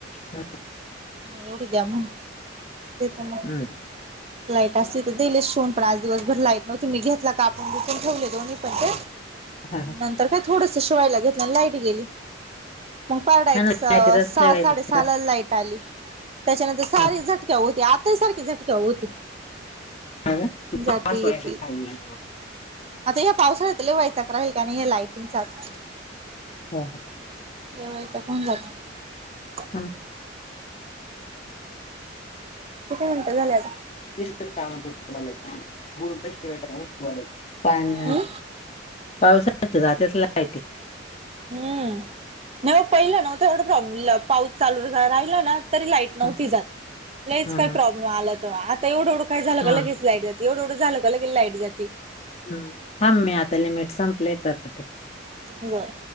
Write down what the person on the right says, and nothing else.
एवढी द्या म्हणे. देते मग.
लाईट असते तर दिले असते शिवून पण आज दिवसभर लाईट नव्हती मी घेतला कापून ठेवले दोन्ही पण ते.
नंतर काय थोडस शिवायला घेतलं. आणि लाईट गेली. मग पडाय
एक
सहा
साडेसहा ला लाईट आली. त्याच्यानंतर सारी
झटक्या होती. आताही सारखी झटक्या होती.
जाते
येतेच
आता या पावसाळ्यात लयी वैताग राहील का नाही या लायटींचाच.
जवय तर कोण जातो? <unintelligible>
किती मिनिटं झाले आता
हम्म
हम्म नाही मग पहिलं ना एवढ प्रॉब्लेम पाऊस चालू राहिला ना तरी लाइट
नवती जात लईच
काय प्रॉब्लेम आला तर आता एवडु काय झालं
का लगेच लाईट जाती एवढं एवढ झालं का लगेच लाईट जाते
बर